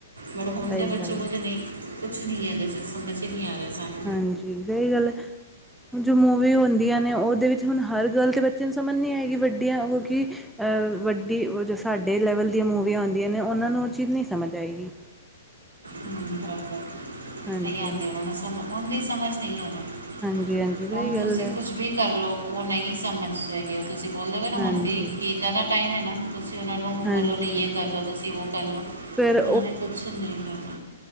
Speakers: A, on the right (about 75°); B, in the centre.
A: ਮੜ ਹੁਣ
B: ਸਹੀ
A: ਦੇ ਬੱਚੇ
B: ਗੱਲ
A: ਕੋਲ ਤਾਂ ਨਹੀਂ ਕੁਛ ਨਹੀਂ ਹੈ ਇਦੇ ਚ ਸਮਝ 'ਚ ਨਹੀਂ ਆ ਰਿਹਾ ਸਾਨੂੰ
B: ਹਾਂਜੀ ਸਹੀ ਗੱਲ ਹੈ ਜੋ ਮੂਵੀ ਹੁੰਦੀਆਂ ਨੇ ਉਹਦੇ ਵਿੱਚ ਹੁਣ ਹਰ ਗੱਲ ਤੇ ਬਚਿਆਂ ਸਮਝ ਨਹੀਂ ਆਏਗੀ ਵੱਡੀਆਂ ਉਹ ਕਿ ਵੱਡੀ ਉਹ ਜੋ ਸਾਡੇ ਲੈਵਲ ਦੀਆਂ ਮੂਵੀਆਂ ਆਉਂਦੀਆਂ ਨੇ ਉਹਨਾਂ ਨੂੰ ਚੀਜ਼ ਨਹੀਂ ਸਮਝ ਆਏਗੀ।
A: ਹੰਮ ਹੋ।
B: ਹਾਂਜੀ
A: ਨਹੀਂ ਆਉਂਦੀ ਉਹਨਾਂ ਨੂੰ ਸਮਝ ਹੁਣ ਦੀ ਸਮਝ ਨਹੀਂ ਹੈ ਉਹਨਾਂ ਨੂੰ
B: ਹਾਂਜੀ ਹਾਂਜੀ ਸਹੀ
A: ਹੁਣ
B: ਗੱਲ
A: ਤੁਸੀਂ
B: ਹੈ
A: ਕੁੱਝ ਵੀ ਕਰ ਲਉ ਉਹ ਨਹੀਂ ਸਮਝ ਸਕਗੇ ਉਹ ਤੁਸੀਂ ਬੋਲੋਗੇ ਹੁਣ
B: ਹਾਂਜੀ,
A: ਵੀ ਕਿ ਇੱਦਾਂ ਦਾ ਟਾਈਮ ਹੈ ਨਾ ਤੁਸੀਂ ਉਹਨਾਂ ਨੂੰ
B: ਹਾਂਜੀ,
A: ਬੋਲੋ ਨਹੀਂ
B: ਹਾਂਜੀ
A: ਇਹ ਕਰ ਲਓ ਤੁਸੀਂ ਉਹ ਕਰ ਲਓ
B: ਫਿਰ
A: ਉਹਨਾਂ ਨੇ ਕੁਛ ਨਹੀਂ ਕਰਨਾ।